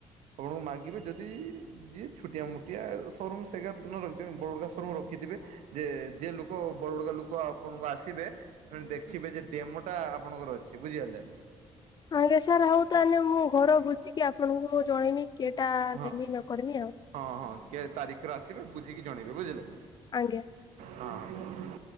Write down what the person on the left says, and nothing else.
ଆଜ୍ଞା ସାର୍ ହଉ ତାହେଲେ ମୁଁ ଘର ବୁଝିକି ଆପଣଙ୍କୁ ଜଣେଇବି କିଏଟା
ନେବି ନ କରିବି
ଆଜ୍ଞା!